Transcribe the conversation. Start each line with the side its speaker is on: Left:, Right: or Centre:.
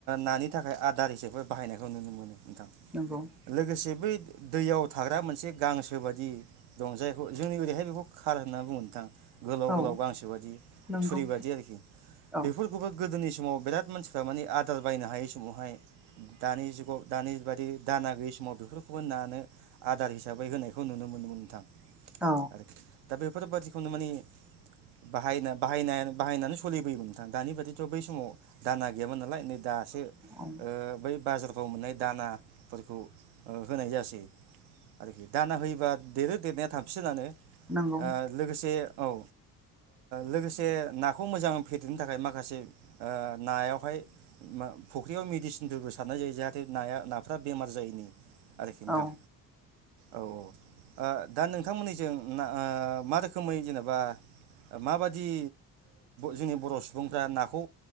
Right: नानि थाखाय आदार हिसाबै बाहायनायखौ नुनो मोनो। नोंथां
Centre: नंगौ
Right: लोगोसे बै दैयाव थाग्रा मोनसे गांसो बायि दं जाय ब जोंनि ओहाय बेखौ खार होनना बुङो नोंथां। गोलाव-गोलाव
Centre: औ
Right: गांसो बायदि
Centre: नंगौ
Right: थुरि बायदि आरोखि
Centre: औ
Right: बेफोरखौबो गोदोनि समाव बिराद मानसिफ्रा माने आदार बायनो हायै समावहाय दानि जुगाव दानि बादि दाना गैयि समाव बेफोरखौबो नानो आदार हिसाबै होनायखौ नुनो मोनोमोन नोंथां।
Centre: औ
Right: आरोखि दा बे बेफोरबादिखौनो माने बाहायना बाहायनाय बाहायनानै सलिबोयोमोन नोंथां दानि बादिथ' बै समाव दाना गैयामोन नालाय नै दासो ओ
Centre: औ
Right: बै बाजारफ्राव मोननाय दानाफोरखौ होनाय जासै आरोखि दाना होयोबा देरो देरनाया थाबसिनानो ओ
Centre: नंगौ
Right: लोगोसे औ ओ लोगोसे नाखौ मोजाङै फेदेरनो थाखाय माखासे ओ नायावहाय फुख्रियाव मेडिसिनफोरबो सारनाय जायो जाहाथे नाया नाफोरा बेमार जायैनि आरोखि नोंथां
Centre: औ
Right: औ औ ओ दा नोंथांमोननिजों ना ओ मा रोखोमै जेनेबा माबादि जोंनि बर' सुबुंफ्रा नाखौ